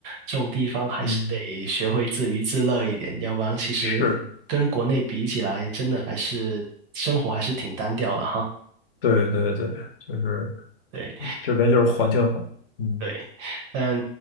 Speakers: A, on the right; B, on the left.
A: 这种地方，还是得学会自娱自乐一点，
B: 嗯，
A: 要不然其实跟国内比起来，
B: 是，
A: 真的还是生活还是挺单调的哈。
B: 对对对，就是。
A: 对。
B: 这边就是环境好，嗯，
A: 对，但